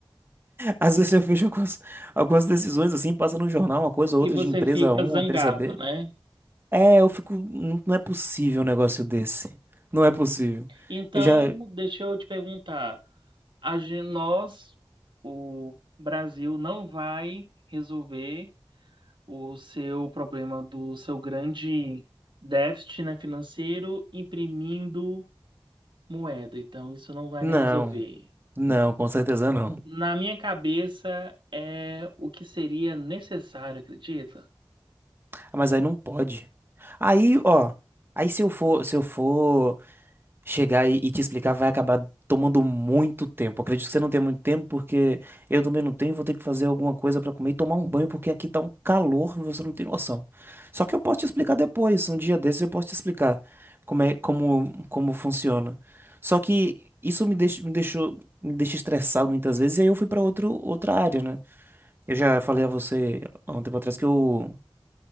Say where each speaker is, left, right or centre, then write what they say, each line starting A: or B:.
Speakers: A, on the right (about 25°); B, on the right (about 60°).
A: Às vezes eu vejo algumas, algumas decisões assim, passa no jornal, uma coisa ou
B: E
A: outra
B: você
A: de empresa
B: fica
A: 1,
B: zangado,
A: empresa B.
B: né?
A: É, eu fico. Não, não é possível um negócio desse. Não é possível.
B: Então,
A: Eu já.
B: deixa eu te perguntar, a gen- nós, o Brasil, não vai resolver o seu problema do seu grande déficit, né, financeiro imprimindo moeda. Então, isso não vai,
A: Não,
B: né, resolver.
A: não, com certeza não.
B: Na minha cabeça, é o que seria necessário, acredita?
A: Ah, Mas aí não pode. Aí, ó. Aí se eu for, se eu for chegar e, e te explicar vai acabar tomando muito tempo. Acredito que você não tenha muito tempo, porque eu também não tenho, vou ter que fazer alguma coisa pra comer e tomar um banho, porque aqui tá um calor e você não tem noção. Só que eu posso te explicar depois, um dia desses eu posso te explicar como é, como, como funciona. Só que isso me deixa, me deixou, me deixa estressado muitas vezes, e aí eu fui pra outro, outra área, né? Eu já falei a você há um tempo atrás que eu,